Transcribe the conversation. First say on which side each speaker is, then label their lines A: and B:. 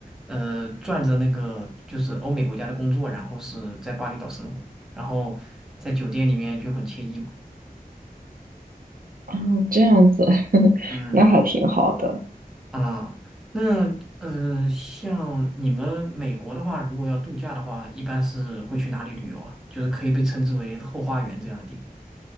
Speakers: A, in the centre; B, on the right.
A: 呃，赚着那个就是欧美国家的工作，然后是在巴厘岛生活，然后在酒店里面就很惬意嘛。
B: 嗯，这样子，<laughs>
A: 嗯，
B: 那还挺好的。
A: 啊，那呃，像你们美国的话，如果要度假的话，一般是会去哪里旅游啊？就是可以被称之为后花园这样的地方。